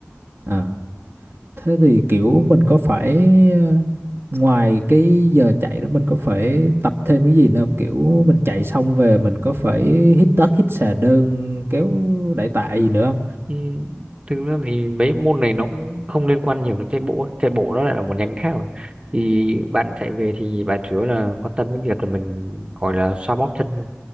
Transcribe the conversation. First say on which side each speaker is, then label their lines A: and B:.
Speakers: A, on the right; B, on the right.
A: À. Thế thì kiểu mình có phải ờ, ngoài cái giờ chạy đó mình có phải tập thêm cái gì nữa không? Kiểu mình chạy xong về mình có phải hít đất, hít xà đơn, kéo đẩy tạ gì nữa không?
B: Ừ, thực ra thì mấy môn này nó cũng không liên quan nhiều đến chạy bộ ấy. chạy bộ nó lại là một nhánh khác rồi thì bạn chạy về thì bạn chủ yếu là quan tâm đến việc là mình gọi là xoa bóp chân thôi